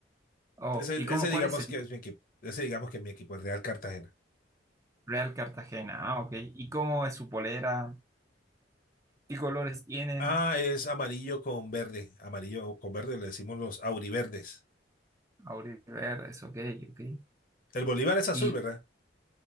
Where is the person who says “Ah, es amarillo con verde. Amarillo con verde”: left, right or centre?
Left